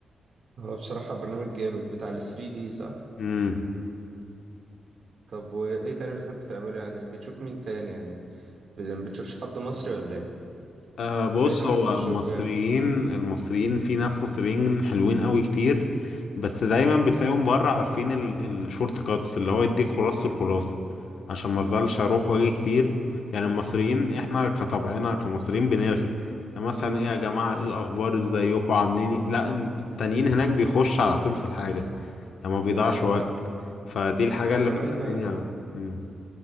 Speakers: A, on the right; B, on the left.
A: هو بصراحة برنامج جامد بتاع ال 3 دي صح
B: امم
A: طب وايه تاني بتحب تعمله يعني بتشوف مين تاني يعني بت- بتشوفش حد مصري ولا ايه
B: أه بص
A: بعيدا عن
B: هو
A: الفوتوشوب
B: المصريين
A: يعني
B: المصريين في ناس مصريين حلوين قوي كتير بس دايما بتلاقيهم بره عارفين ال- الشورت كاتس اللي هو يديك خلاصة الخلاصة عشان ما افضلش اروح واجي كتير يعني المصريين احنا كطبعنا كمصريين بنرغي يعني مثلا ايه يا جماعة ايه الاخبار ازيكم عاملين إيه؟ لا إن- التانيين هناك بيخش على طول في الحاجة يعني ما بيضيعش
A: ايوه
B: وقت
A: فاهم
B: فدي الحاجة
A: وكمان
B: اللي بتخليني
A: آه،
B: على- مم.